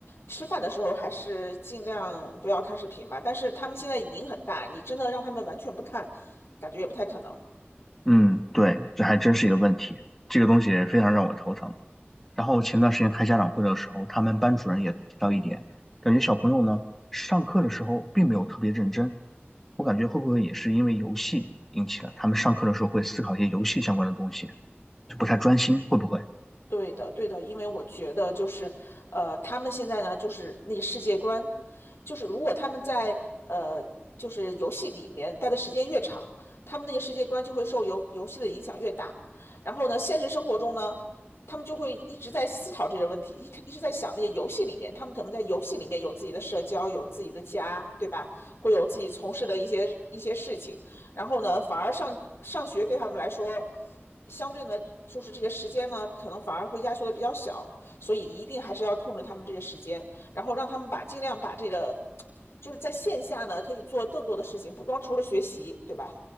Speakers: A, on the left (about 85°); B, in the centre.
A: 吃饭的时候还是尽量不要看视频吧。但是他们现在瘾很大，你真的让他们完全不看，感觉也不太可能。
B: 嗯，对，这还真是一个问题，这个东西非常让我头疼。然后前段时间开家长会的时候，他们班主任也提到一点，感觉小朋友呢上课的时候并没有特别认真。我感觉会不会也是因为游戏引起了他们上课的时候会思考一些游戏相关的东西，就不太专心，
A: 嗯。
B: 会不会？
A: 对的，对的，因为我觉得就是，呃，他们现在呢，就是那个世界观，就是如果他们在呃，就是游戏里面待的时间越长，他们那个世界观就会受游游戏的影响越大。然后呢，现实生活中呢，他们就会一直在思考这些问题，一直一直在想那些游戏里面，他们可能在游戏里面有自己的社交，有自己的家，对吧？会有自己从事的一些一些事情。然后呢，反而上上学对他们来说。相对呢，就是这个时间呢，可能反而会压缩的比较小，所以一定还是要控制他们这个时间，然后让他们把尽量把这个，就是在线下呢可以做更多的事情，不光除了学习，对吧？